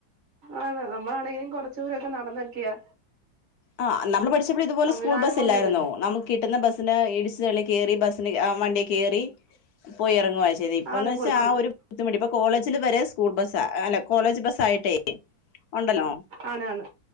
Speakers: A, on the right; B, on the left.
A: ആതെ നമ്മളാണെങ്കിലും കൊറച്ചട ദൂരൊക്കെ നടന്നക്ക്യെ
B: ആ നമ്മള് പഠിച്ചപ്പോ ഇതുപോലെ
A: സംവിധാനങ്ങളൊന്നും
B: സ്കൂൾ ബസ്ല്ലായിരുന്നൊ
A: ഇല്ലല്ലോ
B: നമു കിട്ടുന്ന ബസ് പിന്നെ ഇടിച്ച തള്ളി കേറി ബസിന് വണ്ടി കേറി പോയി എറങ്ങുമായിരുന്നു. ശെരി ഇപ്പന്ന്
A: ആണ്
B: വച്ചാ
A: പോയിക്കൊണ്ട്
B: ആ ഒരു കുത്തുമുടി. ഇപ്പൊ കോളേജില് വരെ സ്കൂൾ ബസാ അല്ലെ കോളേജ് ബസ് ആയിട്ടേ ഉണ്ടല്ലോ
A: ആണ് ആണ്